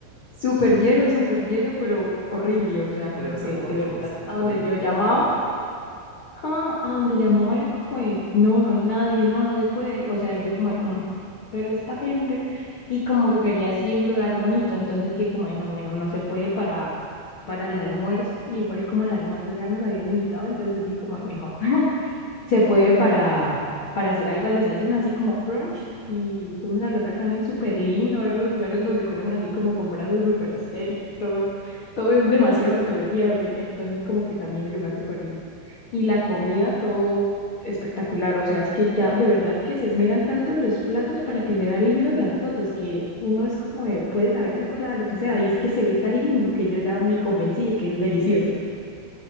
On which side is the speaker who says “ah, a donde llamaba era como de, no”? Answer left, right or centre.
Left